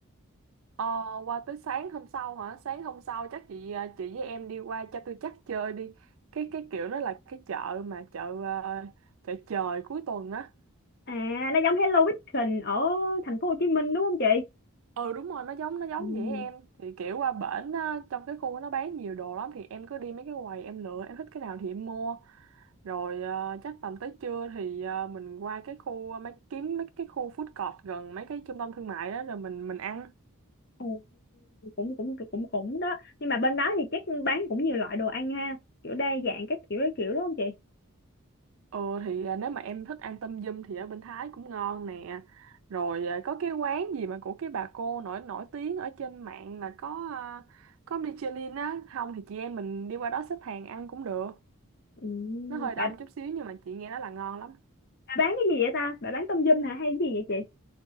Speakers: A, on the right; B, on the left.
A: Ờ, qua tới sáng hôm sau hả? Sáng hôm sau chắc chị à, chị với em đi qua cho tôi chắc chơi đi. Cái cái kiểu nó là cái chợ mà chợ à, chợ trời cuối tuần á.
B: À, nó giống Hello Weekend ở thành phố Hồ Chí Minh đúng không chị?
A: Ừ đúng rồi, nó giống nó giống
B: Ừ.
A: vậy em. Thì kiểu qua bển á, trong cái khu nó bán nhiều đồ lắm thì em cứ đi mấy cái quầy em lựa, em thích cái nào thì em mua. Rồi à, chắc tầm tới trưa thì à, mình qua cái khu ờ, mấy kiếm mấy cái khu food court gần mấy cái trung tâm thương mại đó rồi mình mình ăn.
B: Ồ, cũng cũng cũng cũng đó. Nhưng mà bên đó thì chắc bán cũng nhiều loại đồ ăn ha, kiểu đa dạng các kiểu các kiểu đúng không chị?
A: Ồ thì à, nếu mà em thích ăn tâm dâm thì ở bên Thái cũng ngon nè. Rồi à, có cái quán gì mà của cái bà cô nổi nổi tiếng ở trên mạng là có à, có Michelin á, không thì chị em mình đi qua đó xếp hàng ăn cũng được.
B: Ừ,
A: Nó hơi
B: bà,
A: đông chút xíu nhưng mà chị nghe nói là ngon lắm.
B: bà bán cái gì vậy ta? Bà bán tôm yum hả hay cái gì vậy chị?